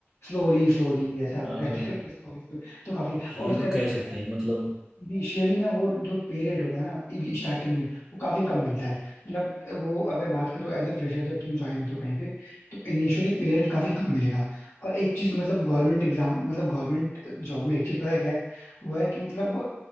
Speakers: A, on the left; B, in the centre.
A: स्लोली स्लोली ऐसा
B: हाँ
A: वो कहते
B: भाई
A: हैं <laughs> स्लोली तो काफी
B: ये
A: और उसका
B: तो
A: देखो
B: कह सकते हैं मतलब
A: इनिशियली ना वो जो पे रेट होता है ना स्टार्टिंग में वो काफी कम मिलता है मतलब वो अगर बात करो एज ए फ्रेशर जब तुम ज्वाइन होते हो तो कहीं पे तो इनिशियली पे रेट काफी कम मिलेगा और एक चीज मतलब गवर्नमेंट एग्जाम मतलब गवर्नमेंट जॉब में एक चीज पता है क्या है वो है कि मतलब